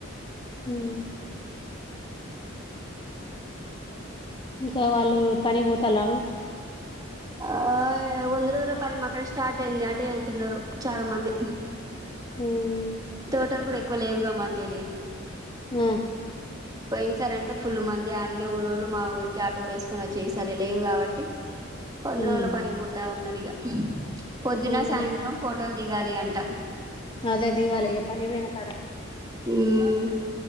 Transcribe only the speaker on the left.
ఉం ఇంకా వాళ్ళు పని పోతల్ల
ఉం
ఆ
ఉమ్
అవును
అదే దిగాలే పోయిన కాడ